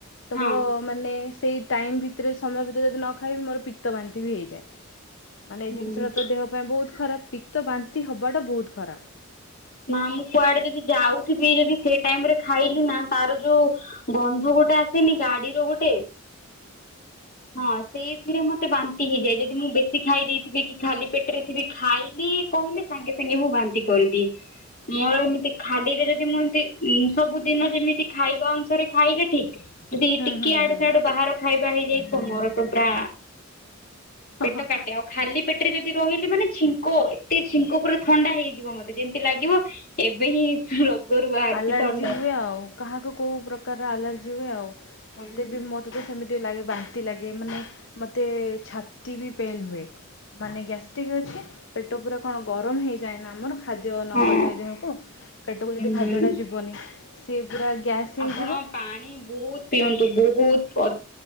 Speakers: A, on the left; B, on the left.
A: ତ
B: ହଁ
A: ମୋର ମାନେ ସେଇ ଟାଇମ ଭିତରେ ସମୟ ଯଦି ନ ଖାଇବି ମୋର ପିତ୍ ବାନ୍ତି ବି ହେଇଯାଏ। ମାନେ ଏଇ
B: ହୁଁ।
A: ଜିନିଷ ଟା ତ ଦେହ ପାଇଁ ବହୁତ ଖରାପ ପିତ ବାନ୍ତି ହବାଟା ବହୁତ ଖରାପ।
B: ନା ମୁଁ କୁଆଡେ ଯଦି ଯାଉଥିବି ଯଦି ସେ ଟାଇମ ରେ ଖାଇଲି ନା ତାର ଯୋଉ ଗନ୍ଧ ଗୋଟେ ସେନି ଗାଡିର ଗୋଟେ ହଁ ସେଇ ଥିରେ ମତେ ବାନ୍ତି ହେଇଯାଏ। ଯଦି ମୁଁ ବେଶୀ ଖାଇ ଦେଇେଇଥିବି କି ଖାଲି ପେଟରେ ଥିବି ଖାଇଲି କହିଲେ ସାଙ୍ଗେ ସାଙ୍ଗେ ମିୟୁ ବାନ୍ତି କରିଦିଏ। ମୋର ଏମିତି ଖାଲିରେ ଯଦି ମୁଁ ଏମିତି ସବୁ ଦିନ ଯେମିତି ଖାଇ ଅନୁସାରେ ଖାଇଲେ ଠିକ ଯଦି
A: ହୁଁ
B: ଟିକି
A: ହୁଁ
B: ଆଡୁ
A: ହୁଁ।
B: ସ ଆଡୁ ବାହାର ଖାଇବା ହେଇଯାଇ ମୋର ତ ପୁରା
A: ହଁ
B: ପେଟ
A: ହଁ
B: କାଟେ ଆଉ ଖାଲି ପେ ଟରେ ଯଦି ରହିଲି ମାନେ ଛିଙ୍କ ଏତେ ଛିଙ୍କ ପୁରା ଥଣ୍ଡା ହେଇଯିବ ମତେ ଯେମିତି ଲାଗିବ ଏବେ ହିଁ ରୋଗରୁ ବାହାରିଛି
A: ଆଲର୍ଜି
B: ଥଣ୍ଡାରୁ।
A: ହୁଏ ଆଉ କାହାକୁ କୋଉ ପ୍ରକାରର ଆଲର୍ଜି ହୁଏ ଆଉ।
B: ହୁଁ।
A: ମତେ ବି ମତେ ତ ସେମିତି ଲାଗେ ବାନ୍ତି ଲାଗେ ମାନେ ମତେ ଛାତି ବି ପେନ୍ ହୁଏ ମାନେ ଗ୍ୟାଷ୍ଟ୍ରିକ ଅଛି, ପେଟ ପୁରା କଣ ଗରମ ହେଇଯାଏ ନା ଆମର ଖାଦ୍ ଖାଦ୍ୟ ନଗଲେ
B: ହଁ
A: ଦେହକୁ ପେଟକୁ ଯଦି
B: ଉଁ
A: ଖାଦ୍ୟଟା ଯିବନି ସିଏ ପୁରା ଗ୍ୟାସ୍ ହେଇଯିବ
B: ଆପଣ ପାଣି ବହୁତ ପିଅନ୍ତୁ ବହୁତ ଅ